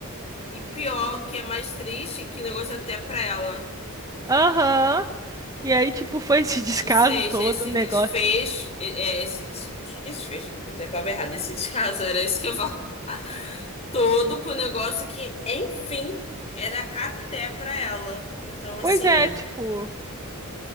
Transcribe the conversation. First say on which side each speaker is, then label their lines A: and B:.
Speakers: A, on the left (about 30°); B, on the right (about 15°).
A: E pior, que é mais triste, que o negócio é até pra ela.
B: Aham. E aí, tipo, foi esse <laughs> descaso
A: Ou seja,
B: todo,
A: esse
B: o
A: desfecho,
B: negócio.
A: é, é, esse, des- que desfecho, é a palavra errada, esse descaso, era isso que eu falo. todo pro negócio que, enfim, era até pra ela. Então, assim,
B: Pois é, tipo,